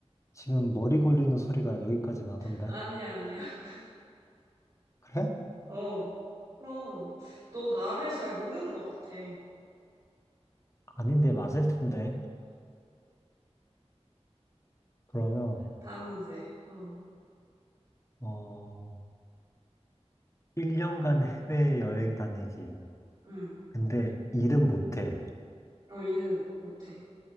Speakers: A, on the left; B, on the right.
A: 지금 머리 걸리는 소리가 여기까지 나던데?
B: 아니야, 아니야. <laughs>
A: 그래?
B: 어. 그럼 너 나를 잘 모르는 것 같아.
A: 아닌데 맞을 텐데. 그러면
B: 다음 문제. 어.
A: 어, 1년간 해외여행 다니기.
B: 응.
A: 근데 일은 못해.
B: 어, 일은 못해.